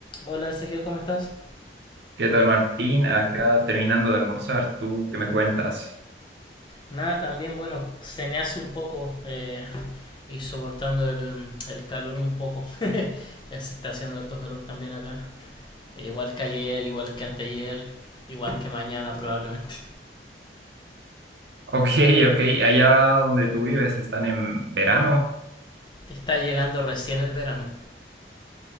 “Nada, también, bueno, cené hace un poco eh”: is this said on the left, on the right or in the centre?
Left